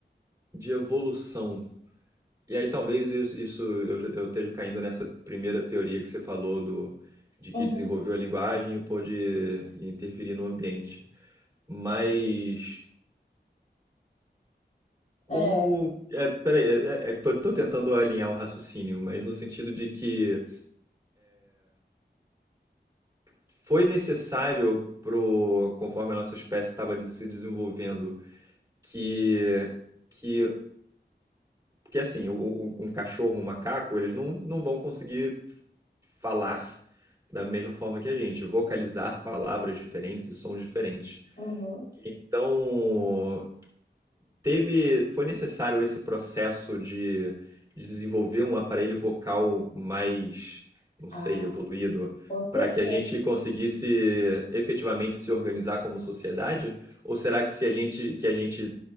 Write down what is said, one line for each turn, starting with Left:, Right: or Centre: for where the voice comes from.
Right: de evolução, e aí talvez isso, isso eu, já- eu esteja caindo nessa primeira teoria que você falou do, de
Left: Uhum.
Right: que desenvolveu a linguagem e pôde interferir no ambiente. Mas como.
Left: É.
Right: É, peraí, é, é, é, tô, tô tentando alinhar o raciocínio, mas no sentido de que. foi necessário pro, conforme a nossa espécie estava se desenvolvendo, que que que assim, o- o- um cachorro, um macaco, eles não, não vão conseguir falar da mesma forma que a gente, vocalizar palavras diferentes e sons diferentes.
Left: Uhum.
Right: Então, teve, foi necessário esse processo de, de desenvolver um aparelho vocal mais, não
Left: Ah,
Right: sei, evoluído,
Left: com certeza.
Right: para que a gente conseguisse efetivamente se organizar como sociedade? Ou será que se a gente, que a gente